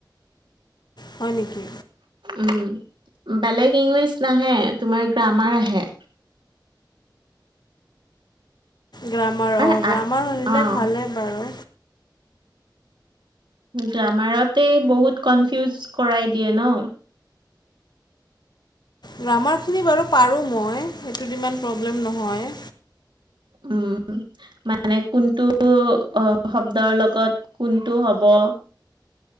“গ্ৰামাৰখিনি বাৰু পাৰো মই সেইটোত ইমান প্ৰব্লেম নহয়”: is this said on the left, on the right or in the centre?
Left